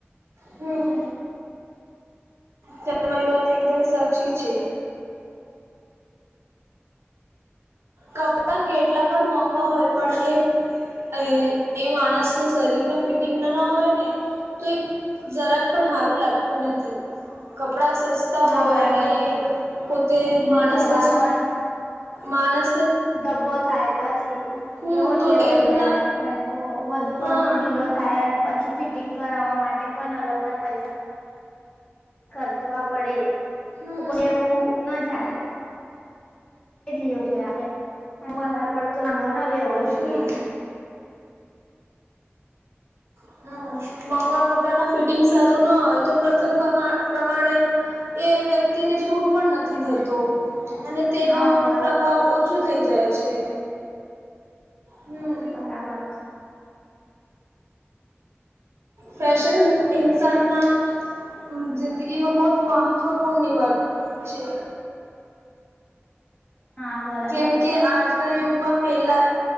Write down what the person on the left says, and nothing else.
હા
બરાબર
છે
જવારો
જભ્ભો થાય પછી,
એવો જ
લેવો
જોઈએ આપણે એને તો વધુ
પડતો ઢીલો થાય અને પછી ફિટિંગ કરાવવા માટે પણ અલગ ના પૈસા ખર્ચવા પડે
તો પછી એવું ના ચાલે. એજ લેવું જોઈએ આપડે. વધારે પડતું મોંઘો નો લેવો જોઈએ.
હા બરાબર
બરાબર છે.
હા બરાબર